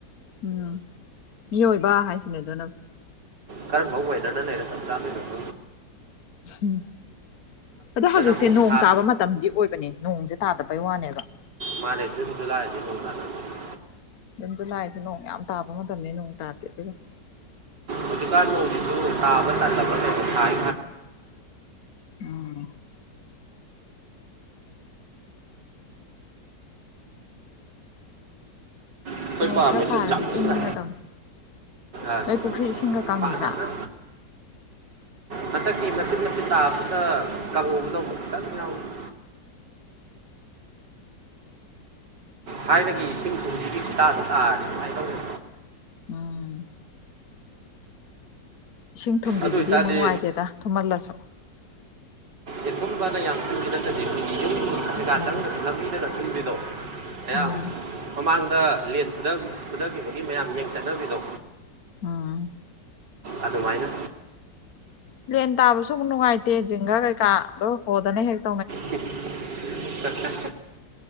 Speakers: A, on the left (about 55°); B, on the right (about 70°).
A: ꯎꯝ ꯃꯤꯑꯣꯏꯕ ꯍꯥꯏꯁꯤꯅꯦ ꯑꯗꯨꯅ
B: ꯈꯔ ꯧꯎ ꯍꯥꯏꯗꯗꯅꯦꯔꯦ ꯁꯝ ꯆ ꯂ <unintelligible>
A: ꯎꯝ ꯑꯗ ꯍꯧꯖꯤꯛꯁꯦ
B: ꯑꯃꯨꯛ
A: ꯅꯣꯡ
B: ꯁꯥ
A: ꯇꯥꯕ ꯃꯇꯝꯗꯤ ꯑꯣꯏꯕꯅꯦ ꯅꯣꯡꯁꯦ ꯇꯥꯗꯕꯩ ꯋꯥꯅꯦꯕ
B: ꯃꯥꯅꯦ ꯖꯨꯅ ꯖꯨꯜꯂꯥ ꯅꯣꯡ ꯇꯥꯅꯕꯅꯦ
A: ꯑꯗꯨ ꯂꯥꯛꯁꯦ ꯅꯣꯡ ꯌꯥꯝ ꯇꯥꯕ ꯃꯇꯝꯅꯤ ꯅꯣꯡ ꯇꯥꯗꯦ ꯑꯗꯨꯒ
B: ꯍꯧꯖꯤꯛꯀꯥꯟ ꯅꯣꯡꯒꯤꯁꯨ ꯊꯥꯕ ꯆꯜꯂꯕ꯭ꯔꯥ ꯀꯩꯅꯣ ꯊꯥꯏ
A: ꯎꯝ
B: ꯑꯩꯈꯣꯏ
A: ꯅꯣꯡ
B: ꯄꯥꯝꯃꯤꯁꯨ
A: ꯈꯔ ꯇꯥꯔꯗꯤ
B: ꯆꯥꯎꯅ
A: ꯏꯪꯔꯗꯝꯕꯅꯤ
B: ꯑ,
A: ꯅꯣꯏ ꯄꯨꯈ꯭ꯔꯤ ꯏꯁꯤꯡꯒ ꯀꯪꯗ꯭ꯔꯥ
B: ꯐꯖꯅ
A: <inaudible>
B: ꯍꯟꯗꯛꯀꯤ ꯃꯆꯤꯟꯠ ꯃꯆꯤꯠ ꯇꯥꯕꯗ ꯀꯥꯡꯪꯉꯨꯕꯗꯣ ꯑꯃꯨꯛ ꯈꯤꯇꯪ ꯌꯥꯎꯏꯤ ꯊꯥꯏꯅꯗꯒꯤ ꯏꯁꯤꯡ ꯊꯨꯝꯁꯤꯒꯤ ꯈꯨꯇꯥꯗ ꯇꯥꯔꯅꯤ ꯀꯨꯃꯥꯏꯅ ꯇꯧꯒꯦ
A: ꯎꯝ ꯏꯁꯤꯡ ꯊꯨꯝꯕꯤꯗꯨꯗꯤ
B: ꯑꯗꯨ ꯑꯣꯏꯇꯥꯔꯗꯤ
A: ꯑꯃꯨꯛ ꯅꯨꯡꯉꯥꯏꯇꯦꯗ ꯊꯨꯝꯍꯜꯂꯁꯨ
B: ꯑꯦ ꯊꯨꯝꯕꯗ ꯌꯥꯝ ꯊꯨꯝꯕꯤ ꯅꯠꯇꯗꯤ ꯑꯩꯈꯣꯏꯒꯤ ꯌꯨꯝꯗꯨ ꯀꯩꯀꯥ
A: ꯎꯝ
B: ꯆꯪꯗ ꯂꯝꯝꯕꯤꯗꯒ ꯊꯨꯝꯕꯤꯗꯣ ꯃꯌꯥꯝ
A: ꯎꯝ
B: ꯃꯃꯥꯡꯗ ꯂꯦꯟ ꯐꯗꯈꯤꯕꯒꯤ ꯃꯌꯥꯝ ꯌꯦꯡ ꯆꯠꯅꯕꯤꯗꯣ
A: ꯑꯥ
B: ꯑꯗꯨꯃꯥꯏꯅ
A: ꯂꯦꯟ ꯇꯥꯕꯁꯨ ꯑꯃꯨꯛ ꯅꯨꯡꯉꯥꯏꯇꯦ ꯖꯒꯥ ꯀꯩꯀꯥꯗꯣ ꯍꯣꯗꯅ ꯍꯦꯛꯇ
B: ꯆ <unintelligible> ꯠꯇ ꯆ